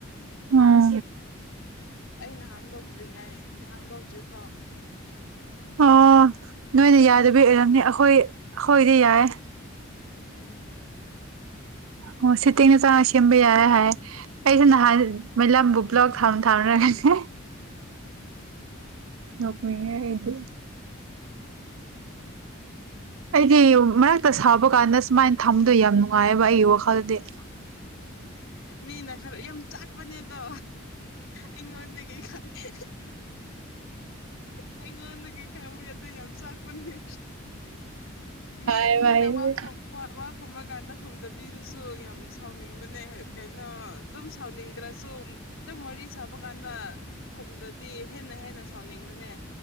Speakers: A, on the right; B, on the left.
A: ꯎꯝ
B: ꯑꯩꯅ ꯍꯥꯡꯗꯣꯛꯇ꯭ꯔꯤꯉꯩ ꯍꯥꯡꯗꯣꯛꯇ꯭ꯔꯤꯐꯥꯎ
A: ꯑꯣ ꯅꯣꯏꯅ ꯌꯥꯗꯕꯤ ꯑꯣꯏꯔꯝꯅꯤ ꯑꯩꯈꯣꯏ ꯑꯩꯈꯣꯏꯗꯤ ꯌꯥꯏꯌꯦ
B: ꯎꯝ
A: ꯑꯣ ꯁꯦꯠꯇꯤꯡ ꯆꯡꯉꯒ ꯁꯦꯝꯕ ꯌꯥꯥꯏ ꯍꯥꯏꯌꯦ ꯑꯩꯁꯦ ꯅꯍꯥꯟ
B: ꯑꯣ
A: ꯃꯩꯂꯝꯕꯨ ꯕ꯭ꯂꯣꯛ ꯊꯝ ꯊꯝꯔꯒꯅꯦ ꯅꯣꯛꯅꯤꯡꯉꯦ ꯑꯩꯗꯤ
B: <unintelligible>
A: ꯑꯩꯗꯤ ꯃꯔꯛꯇ ꯁꯥꯎꯕ ꯀꯥꯟꯗ ꯁꯨꯃꯥꯏꯅ ꯊꯝꯕꯗꯣ ꯌꯥꯝ ꯅꯨꯡꯉꯥꯏꯌꯦꯕ ꯑꯩꯒꯤ ꯋꯥꯈꯜꯗꯤ
B: ꯃꯤꯅ ꯈꯔ ꯌꯥꯝ ꯆꯥꯛꯄꯅꯦ ꯑꯗꯣ ꯑꯩꯉꯣꯟꯗꯒꯤ ꯈꯡꯉꯦ ꯑꯩꯉꯣꯟꯗꯒꯤ ꯈꯪꯉꯦ ꯑꯗꯨ ꯌꯥꯝ ꯆꯥꯛꯄꯅꯦ ꯃꯤ
A: ꯅꯨꯡꯉꯥꯏꯌꯦꯕ
B: ꯃꯤꯅ
A: ꯑꯩꯗꯤ
B: ꯋꯥꯈꯣ ꯋꯥ ꯈꯨꯝꯃꯀꯥꯟꯗ ꯈꯨꯝꯗꯕꯤꯗꯁꯨ ꯌꯥꯝ ꯁꯥꯎꯅꯤꯡꯕꯅꯦ ꯀꯩꯅꯣ ꯑꯗꯨꯝ ꯁꯥꯎꯅꯤꯡꯗ꯭ꯔꯁꯨ ꯑꯗꯨꯝ ꯋꯥꯔꯤ ꯁꯥꯕ ꯀꯥꯟꯗ ꯈꯨꯝꯗꯔꯗꯤ ꯍꯦꯟꯅ ꯍꯦꯟꯅ ꯁꯥꯎꯅꯤꯡꯕꯅꯦ